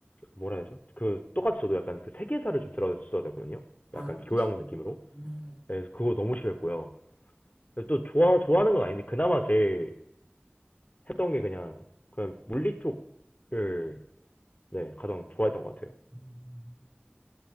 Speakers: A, on the left; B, on the right.
A: 뭐라 해야 되죠? 그 똑같이 저도 약간 그 세계사를 좀 들어줬어야 되거든요.
B: 아,
A: 약간
B: 그 필수.
A: 교양
B: 음,
A: 느낌으로.
B: 음,
A: 예, 그거 너무 싫어했고요. 또 좋아 좋아하는 건 아닌데 그나마 제일 했던 게 그냥 그냥 물리 쪽을 네 가장 좋아했던 것 같아요.
B: 음.